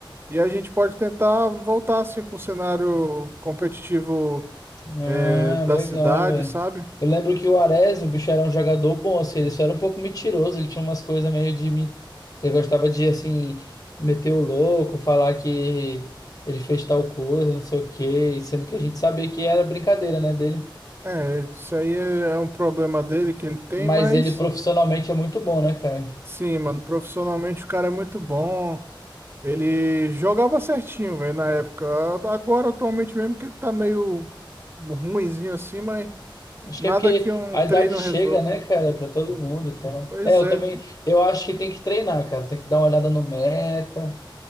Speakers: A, on the right; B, on the left.
A: E a gente pode tentar voltar assim para o cenário competitivo
B: Ah,
A: eh, da
B: legal,
A: cidade,
B: velho.
A: sabe?
B: Eu lembro que o Arezzo, o bicho era um jogador bom, assim, ele só era um pouco mentiroso, ele tinha umas coisas meio de mim. Ele gostava de, assim, meter o louco, falar que ele fez tal coisa, não sei o quê, sendo que a gente sabia que era brincadeira, né, dele.
A: É, isso aí é é um problema dele que ele tem,
B: Mas
A: mas
B: ele profissionalmente é muito bom, né, cara?
A: sim, mano, profissionalmente o cara é muito bom. Ele jogava certinho, velho, na época. A- Agora, atualmente mesmo, que ele tá meio ruinzinho assim, mas
B: Acho
A: nada
B: que é porque
A: que um
B: a
A: treino
B: idade chega,
A: resolva.
B: né, cara, pra todo mundo e tal.
A: Pois
B: É, eu
A: é,
B: também, eu acho que tem que treinar, cara, tem que dar uma olhada no meta.